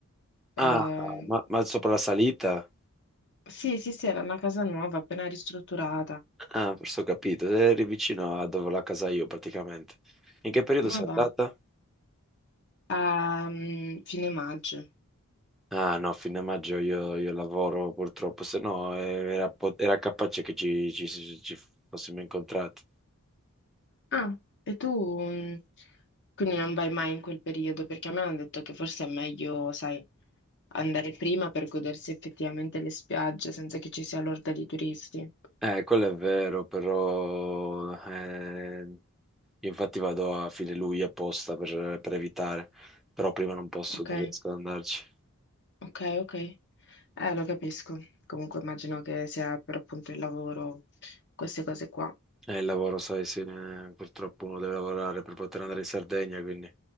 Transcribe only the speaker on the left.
Ehm,
sì, sì, sì, era una casa nuova, appena ristrutturata.
Ma
va, a mm, fine maggio.
Ah, e tu mm, quindi non vai mai in quel periodo? Perché a me hanno detto che forse è meglio, sai, andare prima per godersi effettivamente le spiagge senza che ci sia l'orda di turisti.
Ok,
ok, ok. Eh, lo capisco. Comunque immagino che sia per appunto il lavoro, queste cose qua.